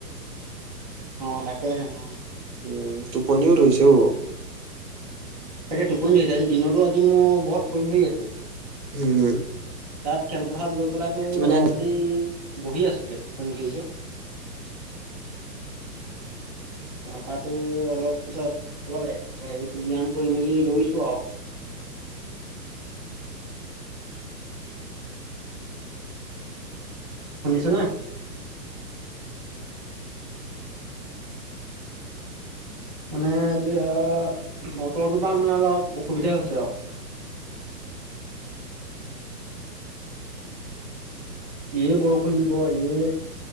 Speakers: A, on the right; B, on the right.
A: অ', তাকে হে অ'।
B: উম, টোপনিও ধৰিছে অও।
A: তাকে টোপনি ধৰিছে আজি দিনতো আজি মোৰ বৰ টোপনি ধৰি আছে।
B: উম,
A: তাত খেলপথাৰত গৈ পেলাই তোৰ
B: মানে
A: অলপ ই বহি আছোগে টোপনি ধৰিছে। তাৰপা তোৰ অলপ পিছত অলপ হেৰি ব্যায়াম কৰি মেলি দৌৰিছো আৰু। শুনিছনে? মানে এতিয়া বতৰটোৰ পৰা মানে অলপ অসুবিধা হৈছে আও। এই বৰষুণ দিব এই